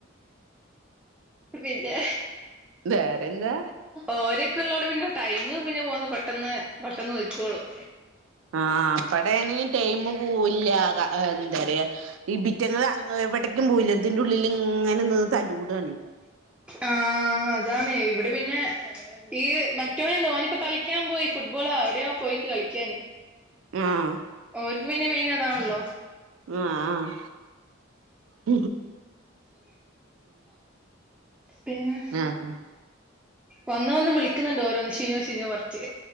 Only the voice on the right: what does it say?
വേറെന്താ
ആഹ് ഇബടെണെങ്ങി ടൈം പൂവില്ല ക എന്താറിയാ ഇബിറ്റങ്ങള് എവിടെക്കും പൂവില്ല ഇതിന്റെഉള്ളിൽ ഇങ്ങനെ നിന്ന് തല്ലൂടാണയ്
ആഹ്
അഹ് അഹ്
ആഹ്